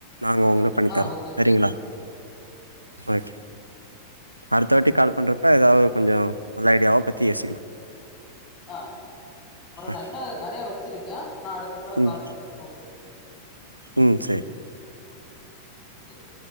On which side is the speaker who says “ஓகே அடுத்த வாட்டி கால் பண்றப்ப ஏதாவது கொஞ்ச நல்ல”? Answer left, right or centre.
Right